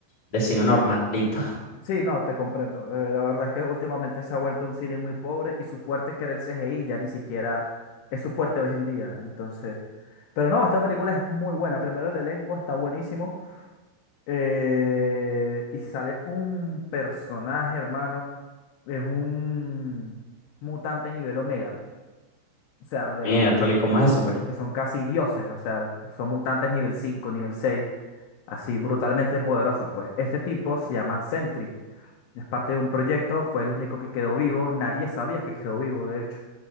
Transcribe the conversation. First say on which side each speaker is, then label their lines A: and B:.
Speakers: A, on the left; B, on the left.
A: de cine normalito.
B: sí, no, te comprendo. Eh, la verdad es que últimamente se ha vuelto un cine muy pobre y su fuerte que era el CGI ya ni siquiera es su fuerte hoy en día. Entonces, pero no, esta película es muy buena. Primero el elenco está buenísimo. Eh, y sale un personaje, hermano. Es un mutante nivel Omega. O sea, de
A: Miércoles,
B: los que,
A: ¿cómo
B: que son,
A: es eso, pues?
B: que son casi dioses. O sea, son mutantes nivel cinco nivel seis Así brutalmente poderosos, pues. Este tipo se llama Sentry. Es parte de un proyecto. Fue el único que quedó vivo. Nadie sabía que quedó vivo, de hecho.